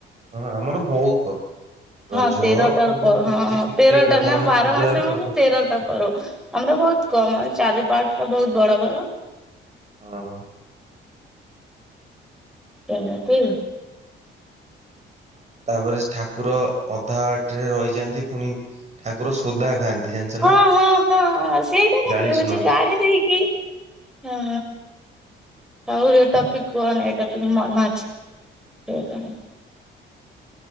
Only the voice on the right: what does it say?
ହଁ ଆମର ବୋହୁତ୍ ପର୍ବ। ରଜ
ଫଜ
କେତେ
କେତେ
ପ ଗଣେଶ
ପୂଜା
ସରସ୍ଵତୀ
ହଁ।
ତାପରେ ଠାକୁର ଅଧା ବାଟ୍ରେ ରହିଯାନ୍ତି, ପୁଣି ଠାକୁର ସୋଦା ଖାଆନ୍ତି। ଜାଣିଛ
ନା
ଗାଳି
ଶୁଣନ୍ତି।